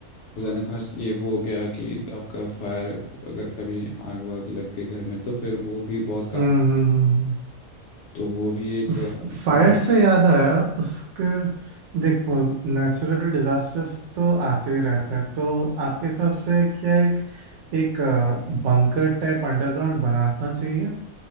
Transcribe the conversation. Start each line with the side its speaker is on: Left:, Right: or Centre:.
Left: खुदा न खास ये हो गया कि आपका फायर अगर कभी आग वाग लग गई घर में तो फिर वो भी बहुत काम
Right: हम्म
Left: आ- तो वो भी एक
Right: फायर
Left: अ, हम्म,
Right: से याद आया उसके देखो नेचुरल डिजास्टर्स तो आते ही रहते हैं तो आपके हिसाब से क्या एक एक बंकर टाइप अंडरग्राउंड बनाना चाहिए